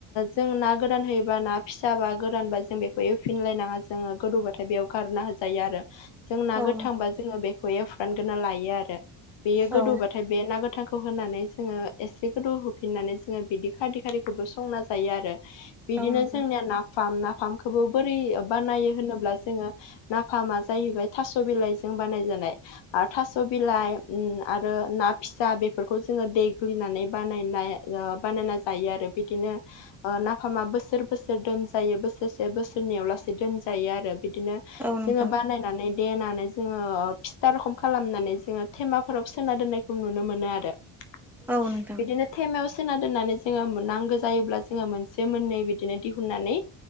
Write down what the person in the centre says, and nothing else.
औ नोंथां
औ
औ नोंथां
औ नोंथां
औ नोंथां।